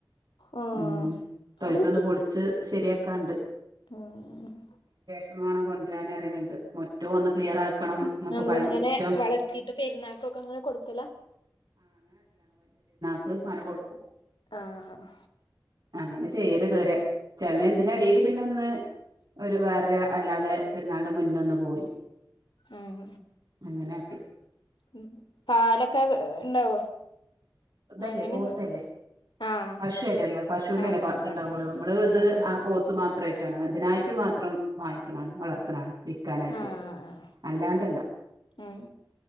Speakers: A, on the left; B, on the right.
A: ആഹ്
B: ഉം തൊഴ്‌ത്തൊന്ന്
A: അവിടെ വെക്ക്
B: പൊളിച്ച് ശരിയാക്കാണ്ട്
A: ഉം
B: ശമാനം കൊണ്ടുവരാനറിയ്ണ് ണ്ട് മുറ്റോം ഒന്ന് ക്ലിയർ ആക്കണം എന്നൊക്കെ
A: എന്ത
B: പറയണ
A: ഇങ്ങനെ
B: മുറ്റം
A: വളർത്തിട്ട് പെരുന്നാക്കൊക്കെ ഇങ്ങനെ കൊടുക്കലാ
B: ക്ക്‌ അങ്ങനെ കൊട്ക്കും
A: ആഹ്
B: അങ്ങനെ ചെയ്യല് ഇതുവരെ ചെലെ ഇതിന്റെ എടെല് പിന്നൊന്ന് ഒരു വേറൊരു അല്ലാതെ പെരുന്നാളിന്റെ മുന്നൊന്ന് പോയി
A: ഉം
B: ഇങ്ങനാട്ടി
A: ഉം പാലൊക്കെ ഇണ്ടാവോ
B: ഇതല്ലേ
A: അങ്ങനെയൊന്ന്
B: പോത്തല്ലേ
A: ആഹ്
B: പശു അല്ലേല്ലോ പശുവിനെല്ലേ
A: ആഹ്
B: പാ
A: ആഹ്
B: ഇത്ണ്ടാവൊള്ളൂ
A: ആഹ്
B: നമ്മള് ഇത്
A: ഉം ഉം
B: ആ പോത്ത് മാത്രയി ട്ടാണ് അതിനായിട്ട് മാത്രം വാ ക്കാണാണ് വളർത്തണാണ് വിക്കാനായിട്ട്
A: ആഹ്
B: അല്ലാണ്ടല്ല
A: ഉം